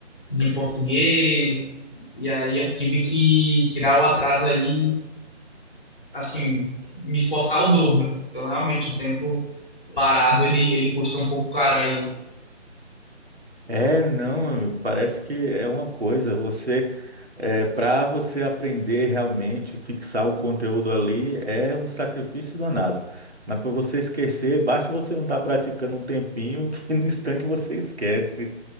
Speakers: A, in the centre; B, on the right.
A: de português. E aí eu tive que tirar o atraso aí, assim, me esforçar o dobro. Então, realmente, o tempo parado, ele, ele custa um pouco caro aí.
B: É, não, amigo, parece que é uma coisa. Você, é, para você aprender realmente, fixar o conteúdo ali, é um sacrifício danado. Mas para você esquecer, basta você não estar praticando um tempinho que <laughs> no instante você esquece.